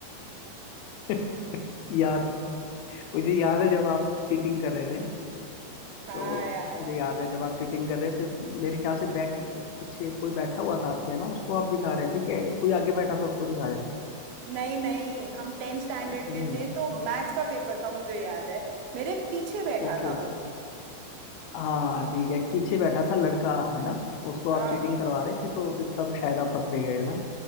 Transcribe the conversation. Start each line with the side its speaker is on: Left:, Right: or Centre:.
Left: <laughs> याद मुझे याद है जब आप चीटिंग कर रहे थे
Right: हाँ
Left: तो
Right: यार
Left: मुझे याद है जब आप चीटिंग कर रहे थे मेरे ख्याल से बैक पीछे कोई बैठा हुआ था आपके है ना उसको आप दिखा रहे थे कि कोई आगे बैठा था उसको दिखा रहे
Right: नहीं नहीं हम टेंथ स्टैंडर्ड
Left: थे ऐसे
Right: में
Left: नहीं
Right: थे
Left: यार
Right: तो मैथ्स का पेपर था मुझे याद है मेरे पीछे बैठा
Left: ओके
Right: था
Left: ओके
Right: वो
Left: हाँ हाँ ठीक है एक पीछे बैठा था लड़का है ना उसको
Right: हाँ
Left: आप चीटिंग करवा रहे थे तो फिर तब शायद आप पकड़े गए है ना